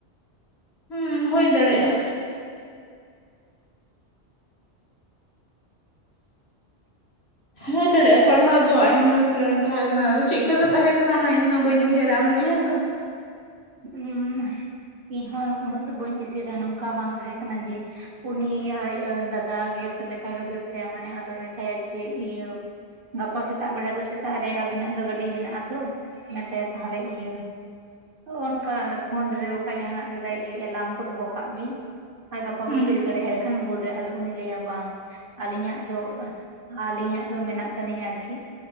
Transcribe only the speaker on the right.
<unintelligible>
ᱩ ᱤᱧ ᱦᱚᱸ ᱩᱱᱟᱹᱜ ᱫᱚ ᱵᱟᱹᱧ ᱫᱤᱥᱟᱹᱭᱮᱫᱟ ᱱᱚᱝᱠᱟ ᱵᱟᱝ ᱛᱟᱦᱮᱸ ᱠᱟᱱᱟ ᱡᱮ ᱩᱱᱤ ᱟᱡ ᱫᱟᱫᱟ ᱞᱮᱠᱟᱜᱮ ᱦᱩᱭᱩᱜ ᱛᱟᱭᱟ ᱢᱟᱱᱮ ᱟᱫᱚᱭ ᱢᱮᱛᱟᱭᱟ ᱡᱮ ᱤᱭᱟᱹ ᱜᱟᱯᱟ ᱥᱮᱛᱟᱜ ᱵᱮᱲᱟ ᱫᱚ ᱥᱮᱛᱟᱜ ᱨᱮ ᱟᱵᱤᱱᱟᱜ ᱫᱚ ᱜᱟᱹᱰᱤ ᱢᱮᱱᱟᱜᱼᱟ ᱛᱚ ᱚᱱᱟᱛᱮ ᱛᱟᱦᱚᱞᱮ ᱤᱭᱟᱹ ᱚᱱᱠᱟ ᱯᱷᱳᱱ ᱨᱮ ᱵᱟᱠᱷᱟᱡ ᱡᱟᱦᱟᱱᱟᱜ ᱨᱮᱫ ᱮᱞᱟᱨᱢ ᱠᱚ ᱫᱚᱦᱚ ᱠᱟᱜ ᱵᱤᱱ ᱟᱨ ᱜᱟᱯᱟ
ᱵᱤᱱ ᱵᱮᱨᱮᱫ ᱫᱟᱲᱮᱭᱟᱜᱼᱟ ᱮᱱᱠᱷᱟᱱ ᱵᱷᱳᱨ ᱨᱮ ᱟᱫᱚ ᱩᱱᱤ ᱞᱟᱹᱭᱟ ᱵᱟᱝ ᱟᱹᱞᱤᱧᱟᱜ ᱫᱚ ᱟᱹᱞᱤᱧᱟᱜ ᱫᱚ ᱢᱮᱱᱟᱜ ᱛᱟᱹᱞᱤᱧᱟ ᱟᱨᱠᱤ